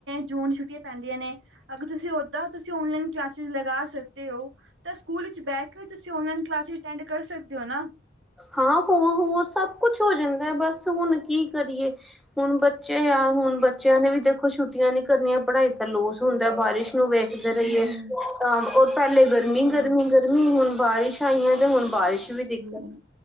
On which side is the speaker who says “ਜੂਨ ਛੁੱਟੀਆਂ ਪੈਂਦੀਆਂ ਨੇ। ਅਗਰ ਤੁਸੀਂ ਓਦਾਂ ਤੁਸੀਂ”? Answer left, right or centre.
Right